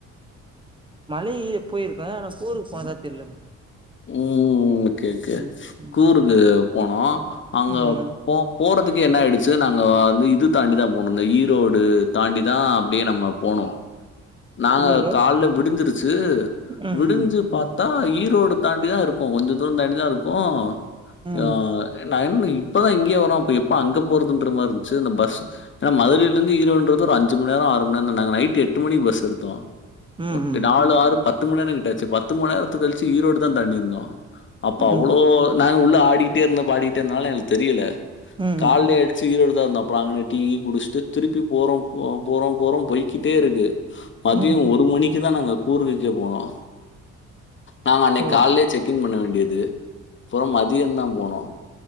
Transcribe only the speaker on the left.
ம்ம்ம் கே கே
கூருக்கு
போனோ அங்கப்
போ போறதுக்கு என்ன ஆய்டுச்சு நாங்கோ அந்து இது தாண்டிதா போணு இந்ந ஈரோடு தாண்டி தா அப்டியே நம்ம போனு நாங்க
கால்ல விடிஞ்சிருச்சு
விடிஞ்சு பாத் தா ஈரோடு தாண்டி தா இருக்கு கொஞ்ச தூன் தாண்டி தா இருக்கு
யாஅ நா என்னு இப்பதா இங்யே வரு அப்பு எப்ப அங்க போரதுன்ற மாரி‌ந்ச்சு இந்த பஸ்ஸு நா மதுரைய்ல இந்து ஈரோடுன்றது ஒரு அஞ்சி மண் நேரோ ஆறு மண் நன்ன நைட்டு எட்டு மணி பஸ் எடுத்தோ
ஒர்
டாலு ஆறு பத்து மணி நே கிட்டாச்சு பத்து மோ நேரத்து கழ்ச்சி ஈரோடு தா தாண்டிர்ந்தோ அப்ப
அவ்ளோ நாங்க உள்ள ஆடிட்டே இருந்தோ பாடிட்டே எந்த்னால எங்கள் தெரியல
கால்லேடு சீ ஈரோடுதா இருந்தோ அப்றாங்குன டீ குடிச்ட்டு திருப்பி போறோ போ போறோ போறோ போய்கிட்டே இருக்கு மதியோ
ஒரு மணிக்குதா நாங்க கூர்விக்கே போனோ நாங்க அன்னைக்
கால்லே செக்கின் பண்ண வேண்டியது புறோ மதியன்தா போனு